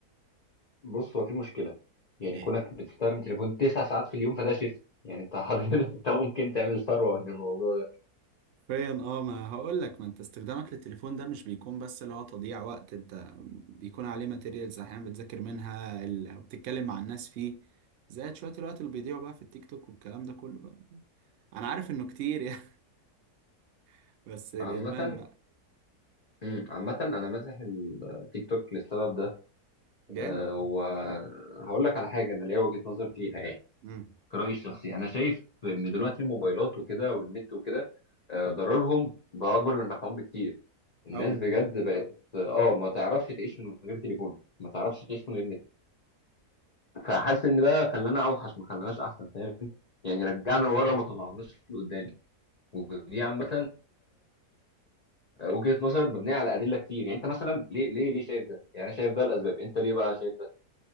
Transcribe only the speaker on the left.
بص هو في مشكله يعني
كونك بتستخدم تليفون تسع ساعات في اليوم فده شيفت يعني انت حضرتك <laughs> انت ممكن تعمل ثروه من الموضوع ده
عامة
مم، عامة أنا ماسح التيك توك للسبب ده
أه وهقول لك على حاجة أنا ليا وجهة نظر فيها يعني
كرأيي الشخصي أنا شايف إن دلوقتي الموبايلات وكده والنت وكده آه، ضررهم بقى أكبر من نفعهم بكتير الناس
بجد بقت آه ما تعرفش تعيش من غير تليفون ما تعرفش تعيش من غير فحاسس ان ده خلانا اوحش ما خلاناش احسن فاهم يعني رجعنا لورا وما طلعناش لقدام ودي عامه آه، وجهه نظر مبنيه على ادله كتير يعني انت مثلا ليه ليه ليه شايف ده يعني انا شايف ده الاسباب انت ليه بقى شايف ده